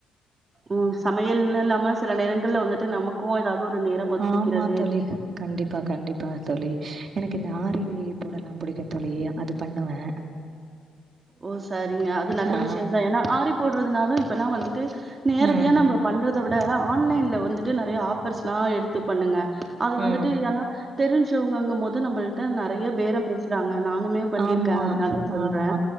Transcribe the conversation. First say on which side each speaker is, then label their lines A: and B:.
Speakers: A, on the right; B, on the right.
A: ம் சமையல்னு இல்லாம சில நேரங்கள்ல வந்துட்டு நமக்கும் ஏதாவது ஒரு நேர ஒதுக்கிக்கிறது
B: ஆமா தோழி கண்டிப்பா கண்டிப்பா தோழி எனக்கு இந்த ஆரி போடல்லா பிடிக்கும் தோழி அது பண்ணுவே
A: ஓ சரிங்க அது நல்ல
B: ஆ
A: விஷய தான் ஏன்னா ஆரி போடுறதுனாலும் இப்பெல்லா வந்துட்டு நேரடியா
B: ம்
A: நம்ம பண்றத விட ஆன்லைன்ல வந்துட்டு நிறைய ஆஃபர்ஸ்லா எடுத்து பண்ணுங்க அது
B: ம்
A: வந்துட்டு ஏன்னா தெரிஞ்சவங்கங்கும் போது நம்மள்ட்ட நிறைய பேரம் பேசுறாங்க நானுமே பண்ணிருக்கே
B: ஆமா
A: அதனால சொல்றே
B: ஆமா